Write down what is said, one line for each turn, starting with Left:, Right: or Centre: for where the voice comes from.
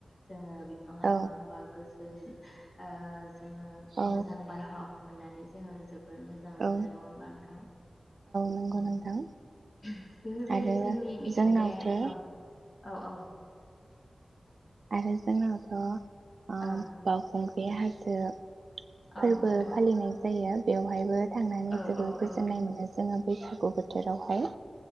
Left: जोङो बिफां लाइफां
Right: औ
Left: बा गो सो <unintelligible> ओ जोङो
Right: औ
Left: मोजां बारहाव मोननानै जोङो जोब बोर मोजां
Right: औ
Left: मोनो नङा होमबा नोंथां?
Right: नंगौ
Left: औ।
Right: नोंथां
Left: बेफोर बायदि
Right: आरो
Left: जोंनि मिथिंगाया
Right: जोंनावथो
Left: औ औ औ
Right: आरो जोंनावथ' अ
Left: औ
Right: बावखुंग्रि हाजो
Left: औ
Right: फोरबो
Left: नोंथां
Right: फालिनाय
Left: औ
Right: जायो बेवहायबो थांनानै
Left: औ
Right: जोबोर
Left: औ
Right: गोजोननाय
Left: औ
Right: मोनो जोङो बैसागु बोथोरावहाय